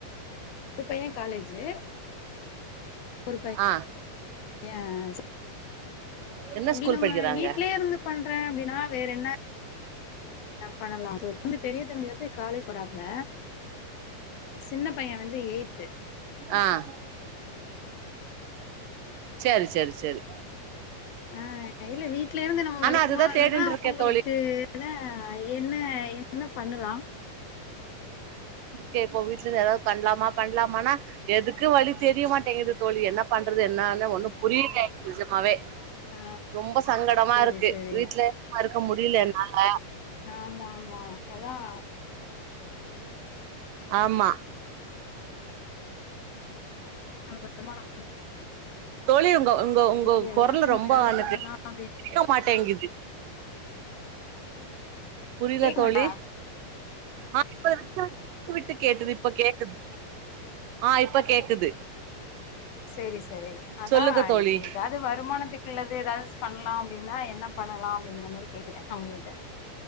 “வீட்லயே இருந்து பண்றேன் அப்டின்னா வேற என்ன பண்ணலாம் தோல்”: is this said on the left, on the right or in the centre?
Left